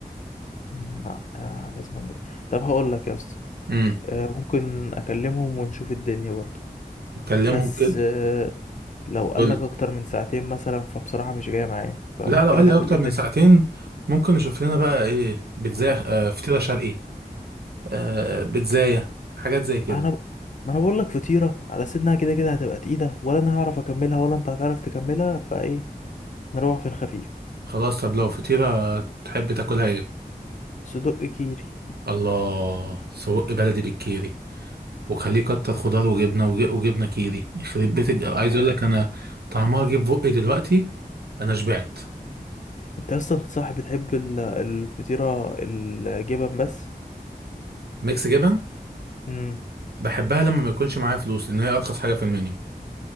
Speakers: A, on the left; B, on the right.
A: مم، لا آه لازم أنا- طب هقول لك يا اسطى
B: امم
A: آه، ممكن أكلمهم ونشوف الدنيا برضه
B: كلمهم
A: بس
B: كده
A: آه، لو قال
B: قول
A: لك
B: لي.
A: اكتر من ساعتين مثلا فبصراحة مش جاية معايا فممكن
B: لا لو قال
A: ناكل
B: لي اكتر
A: ايه تاني
B: من ساعتين ممكن نشوف لنا بقى ايه بيتزا آه فطيرة شرقي آه بيتزاية حاجات زي كده
A: انا ب... ما انا بقول لك فطيرة على سنها كده كده هتبقى تقيلة ولا انا هعرف اكملها ولا انت هتعرف تكملها فايه نروح في الخفيف
B: خلاص طب لو فطيرة تحب تاكلها ايه
A: صدق كيري
B: الله سجق بلدي بالكيري وخليه كتر خضار وجبنه وج- وجبنه كيري يخرب بيت الج- عايز
A: آه.
B: اقول لك انا طعمها جه في بقي دلوقتي انا شبعت
A: انت اصلا صاحب بتحب ال- الفطيرة الجبن بس
B: ميكس جبن
A: امم
B: بحبها لما ما يكونش معايا فلوس لان هي ارخص حاجه في المنيو